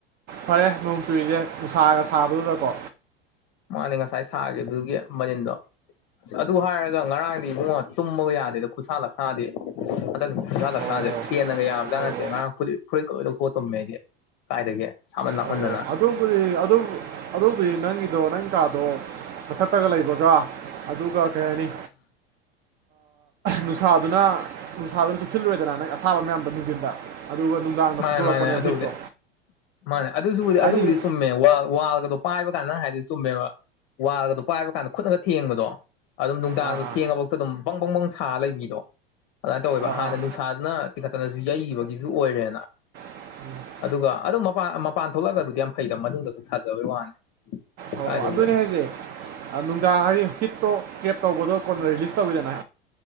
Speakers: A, on the right; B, on the left.
A: ꯐꯔꯦ ꯅꯣꯡ ꯆꯨꯔꯤꯁꯦ ꯅꯨꯡꯁꯥꯒ ꯁꯥꯕꯗꯨꯗꯀꯣ
B: ꯃꯥꯅꯦ ꯉꯁꯥꯏ ꯁꯥꯒꯤ ꯑꯗꯨꯒꯤ ꯃꯅꯤꯟꯗꯣ ꯑꯁ ꯑꯗꯨ ꯍꯥꯏꯔꯒ ꯉꯔꯥꯡꯗꯤ ꯏꯕꯨꯡꯉꯣ ꯇꯨꯝꯃꯒ ꯌꯥꯗꯦꯗ ꯈꯨꯁꯥ ꯂꯛꯁꯥꯗꯤ ꯍꯟꯅꯛ ꯈꯨꯁꯥ ꯂꯛꯁꯥꯁꯦ
A: ꯑꯣ ꯑꯣ ꯑꯣ
B: ꯐꯦꯟꯅꯒ ꯌꯥꯕꯖꯥ
A: ꯑꯣ
B: ꯅꯠꯇꯦ ꯉꯔꯥꯡ ꯐꯨꯗꯤ ꯐꯨꯔꯤꯠꯀ ꯂꯣꯏꯕ ꯈꯣꯠꯇꯕꯃꯦ ꯑꯩꯗꯤ ꯀꯥꯏꯗꯒꯤꯦ ꯁꯥꯃꯟ ꯂꯥꯛꯃꯟꯗꯅ
A: ꯑꯣ ꯑꯣ ꯑꯗꯨꯕꯨꯗꯤ ꯑꯗꯨꯕꯨꯗꯤ ꯅꯪꯒꯤꯗꯣ ꯅꯪ ꯀꯥꯗꯣ ꯃꯊꯛꯇꯒ ꯂꯩꯕꯒ꯭ꯔ ꯑꯗꯨꯒ ꯀꯩ ꯍꯥꯏꯅꯤ ꯅꯨꯡꯁꯥꯗꯨꯅ ꯅꯨꯡꯁꯥꯗꯨꯅ ꯆꯨꯞꯁꯤꯜꯂꯣꯏꯗꯅ ꯅꯪ ꯑꯁꯥꯕ ꯃꯌꯥꯝꯗ ꯅꯨꯡꯕꯤꯟꯗ ꯑꯗꯨꯒ ꯅꯨꯡꯗꯥꯡꯗ
B: ꯃꯥꯅꯦ
A: ꯄꯨꯊꯣꯔꯛꯄꯅꯦꯕ
B: ꯃꯥꯅꯦ ꯑꯗꯨꯕꯨꯗꯤ
A: ꯍꯤꯠꯇꯣ
B: ꯃꯥꯅꯦ ꯑꯗꯨꯁꯨ
A: ꯍꯥꯏꯗꯤ
B: ꯑꯗꯨꯕꯨꯗꯤ ꯁꯨꯝ ꯆꯨꯝꯃꯦ ꯋꯥꯜꯒꯗꯣ ꯄꯥꯏꯕ ꯀꯥꯟꯗ ꯅꯪ ꯍꯥꯏꯗꯤ ꯆꯨꯝꯃꯦꯕ ꯋꯥꯜꯒꯗꯣ ꯄꯥꯏꯕ ꯀꯥꯟꯗ ꯈꯨꯠꯅꯒ ꯊꯦꯡꯕꯗꯣ ꯑꯗꯨꯝ ꯅꯨꯡꯗꯥꯡꯗꯣ
A: ꯑꯥ
B: ꯊꯦꯡꯉꯕꯥꯎꯗ ꯑꯗꯨꯝ ꯄꯪ ꯄꯪꯕꯪꯁꯥ ꯂꯩꯕꯤꯗꯣ ꯑꯗꯨꯃꯥꯏꯅ ꯇꯧꯋꯦꯕ
A: ꯑꯥ ꯑꯥ ꯑꯥ
B: ꯍꯥꯟꯅ ꯅꯨꯡꯁꯥ ꯇꯤꯡꯈꯠꯇꯅꯁꯨ ꯌꯩꯕꯒꯤꯁꯨ ꯑꯣꯏꯔꯦꯅ
A: <unintelligible>
B: ꯑꯗꯨꯒ ꯑꯗꯨꯝ ꯃꯄꯥꯟ ꯃꯄꯥꯟ ꯊꯣꯛꯂꯛꯒꯕꯨꯗꯤ ꯌꯥꯝ ꯐꯩꯗ ꯃꯅꯨꯡꯗ ꯑꯗꯨꯝ ꯁꯥꯖꯕꯩ ꯋꯥꯅꯤ
A: ꯑꯣ
B: ꯀꯥꯏꯗꯒꯤ
A: ꯑꯣ ꯑꯗꯨꯅꯦ ꯍꯥꯏꯁꯦ ꯅꯨꯡꯗꯥꯡ ꯍꯥꯏꯔꯤ ꯍꯤꯠꯇꯣ ꯀ꯭ꯔꯦꯞ ꯇꯧꯕꯗꯣ ꯀꯣꯟꯅ ꯔꯦꯖꯤꯁ ꯇꯧꯋꯤꯗꯅ